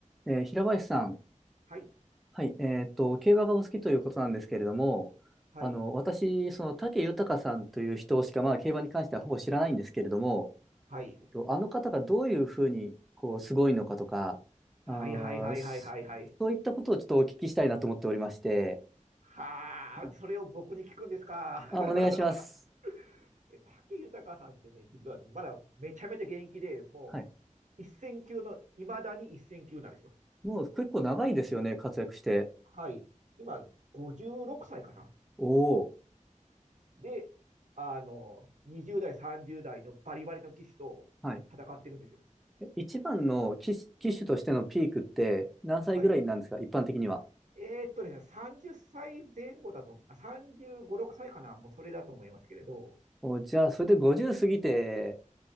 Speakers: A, in the centre; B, on the right.
A: えー平林さん、
B: はい、
A: はい、えっと、競馬がお好きということなんですけれども、
B: はい、
A: あの、私、その、武豊さんという人しか、まあ、競馬に関してはほぼ知らないんですけれども、
B: はい、
A: えっと、あの方がどういうふうに、こう、すごいのかとか、
B: はい、
A: あ
B: はい、はい、
A: ー、そそういったことをちょっとお聞きしたいなと思っておりまして、
B: はい、はい、はい。はあ、
A: あ、
B: それを僕に聞くんですか。<laughs>
A: あお願いします。
B: え、武豊さんってね、実はねまだめちゃめちゃ現役で、も
A: はい。
B: う一線級の、いまだに一線級なんですよ。
A: もう結構長いですよね、活躍して。
B: はい。今、56歳かな。
A: おお、
B: で、あの、20代、30代のバリバリの騎手と戦ってるんですよ。
A: はい。え一番の騎手、騎手としてのピークって何歳ぐらいなんですか、
B: はい。
A: 一般的には。
B: えーっとね、30歳前後だと、あ35、6歳かな、もうそれだと思いますけれど、
A: お、じゃあ、それで50過ぎて、